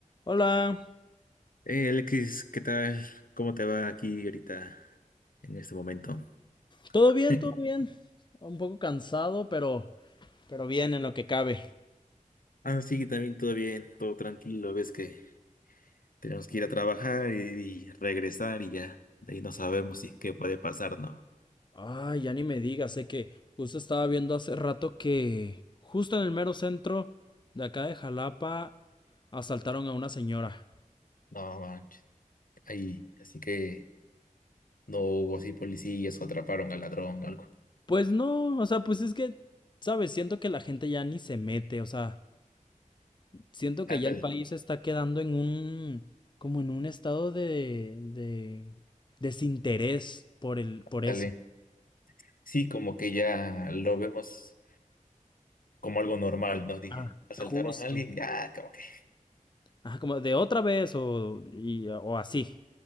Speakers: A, on the left; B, on the left.
A: Hola,
B: Hey Alexis, ¿qué tal? ¿Cómo te va aquí ahorita en este momento?
A: ¿todo bien?
B: <laughs>
A: ¿Todo bien? Un poco cansado, pero, pero bien en lo que cabe.
B: Ah, sí, también todo bien, todo tranquilo. Ves que tenemos que ir a trabajar y, y regresar y ya. De ahí no sabemos si qué puede pasar, ¿no?
A: Ay, ya ni me digas, sé que justo estaba viendo hace rato que justo en el mero centro de acá de Jalapa asaltaron a una señora.
B: No manches. Ahí, así que no hubo así policías o atraparon al ladrón o algo.
A: Pues no, o sea, pues es que, sabes, siento que la gente ya ni se mete, o sea, siento
B: Ándale,
A: que ya el país está quedando en un, como en un estado de, de desinterés por el, por
B: dale.
A: eso.
B: Sí, como que ya lo vemos como algo normal, ¿no? Dije,
A: Ah,
B: asaltaron
A: justo.
B: a alguien, ya, como que.
A: Ajá, como de otra vez o, y, o así.